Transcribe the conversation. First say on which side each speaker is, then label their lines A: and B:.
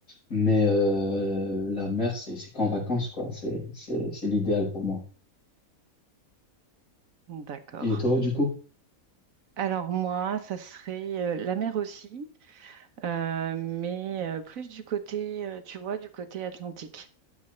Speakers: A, on the left; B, on the right.
A: Mais euh, la mer, c'est c'est qu'en vacances, quoi. C'est c'est- c'est l'idéal pour moi.
B: D'accord.
A: Et toi, du coup?
B: Alors moi, ça serait euh, la mer aussi, euh, mais euh, plus du côté, euh, tu vois, du côté atlantique.